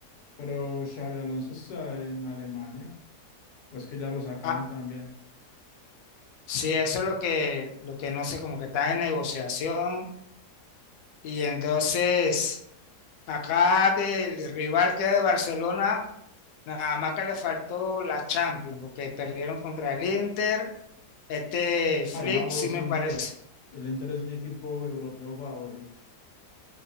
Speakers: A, on the left; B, on the left.
A: Pero Xavi Alonso está en Alemania. ¿O es que ya lo sacaron
B: Ah,
A: también?
B: sí, eso es lo que, lo que no sé, como que está en negociación y entonces... Acá del rival que es de Barcelona, Nada más que le faltó la Champions, porque perdieron contra el Inter. Este Flick,
A: Ay, vamos
B: sí me
A: Inter.
B: parece.
A: El Inter es mi equipo europeo favorito.